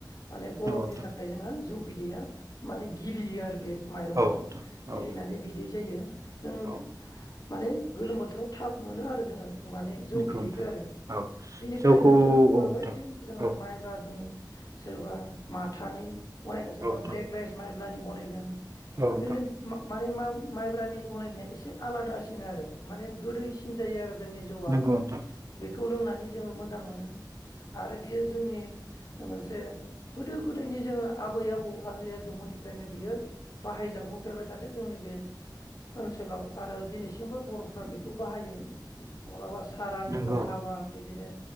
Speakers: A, on the left; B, on the right.
A: माने गरमनि
B: नोंथां नंगौ नोंथां
A: थाखाय जौ बिदैया माने गिलियो आरो बे माइरङा
B: नंगौ
A: गिलिनानै
B: नोंथां औ नोंथां औ
A: बिदै जायो जों
B: औ
A: माने गोलोम बोथोराव थाब मोनो आरो जोङो माने जौ
B: नंगौ
A: बिदैखो
B: नोंथां
A: आरो
B: औ
A: बिनिफ्राय
B: जौखौ
A: नोंथाङा बुंलांबाय
B: औ नोंथां
A: जे जोङो
B: औ
A: माइब्रानि सोरबा माथो <unintelligible>
B: औ
A: <unintelligible> सोरबा
B: नोंथां
A: ब्लेक रायस मा बनायगोन
B: औ नोंथां
A: बेनोम माने मा माइब्रानि बनायनाया एसे आलादासिन आरो माने गोदैसिन जायो आरो जोंनि जौआ
B: नंगौ नोंथां
A: बेख खौ लोंनानै जोङो मोजां मोनो आरो बेयो जोंनि मोनसे गोदो गोदायनि जोङो आबै आबौ आजै आजौमोननिफ्रायनो बियो बाहाय जाबोफेरबाय थादो जोंनि बे ओनसोलाव आरो दिनैसिमबो बरफोरा बेखौ बाहायो मलाबा स सारादु
B: नंगौ
A: हाबा बिदिनो